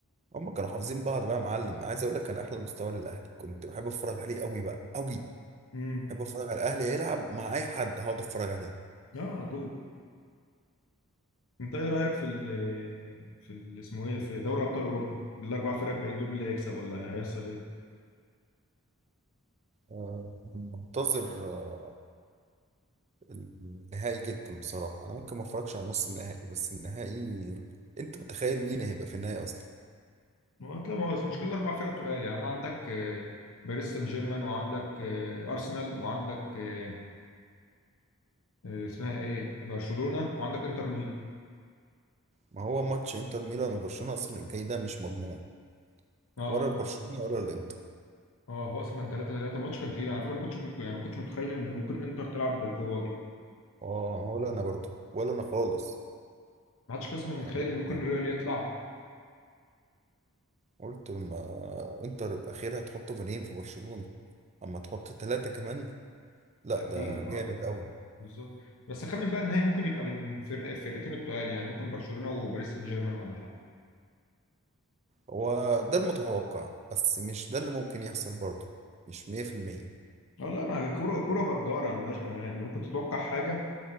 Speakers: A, on the right; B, on the left.
A: هم كانوا حافظين بعض بقى يا معلم عايز اقول لك كان احلى مستوى للاهلي كنت بحب اتفرج عليه قوي بقى قوي
B: امم
A: بحب اتفرج على الاهلي يلعب مع اي حد هقعد اتفرج عليه
B: اه على طول انت ايه رايك في ال في ال اسمه ايه في دوري ابطال اوروبا الاربع فرق الباقيين دول مين اللي هيكسب ولا هيحصل ايه
A: آه، منتظر آه، النهائي جدا بصراحه انا ممكن ما اتفرجش على نص النهائي بس النهائي انت متخيل مين هيبقى في النهائي اصلا
B: ما هو هتلاقي ما هو المشكله الاربع فرق تقال يعني عندك آه، باريس سان جيرمان وعندك آه، ارسنال وعندك آه، آه، اسمها ايه برشلونه وعندك انتر ميلان
A: ما هو ماتش انتر ميلان وبرشلونه اصلا الجاي ده مش مضمون
B: اه
A: ولا البرشلونه ولا الانتر
B: اه هو اصلا كان 3 3 الماتش كان تقيل على فكره ما كنتش ممكن يعني ما كنتش متخيل ان ممكن انتر تلعب بالقوه دي
A: اه ولا انا برضو ولا انا خالص
B: ما حدش اصلا كان
A: أنا
B: يتخيل
A: قلت
B: ان ممكن ريال يطلع
A: قلت ما انتر اخيرا هتحط جونين في برشلونه اما تحط ثلاثه كمان لا
B: لا
A: ده
B: تقيله
A: جامد
B: اه
A: قوي
B: بالظبط بس اخمن بقى النهائي ممكن يبقى بين فرق فرقتين التقال يعني ممكن برشلونه وباريس سان جيرمان ولا حاجه
A: هو ده المتوقع بس مش ده اللي ممكن يحصل برضه مش 100%
B: اه لا ما كوره كوره غداره ملهاش امان ممكن تتوقع حاجه